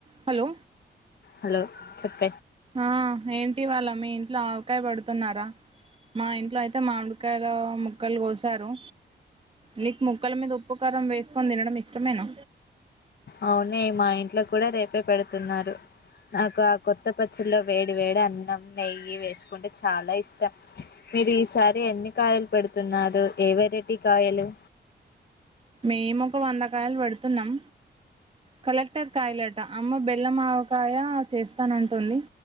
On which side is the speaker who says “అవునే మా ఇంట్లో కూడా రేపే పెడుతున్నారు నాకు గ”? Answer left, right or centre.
Left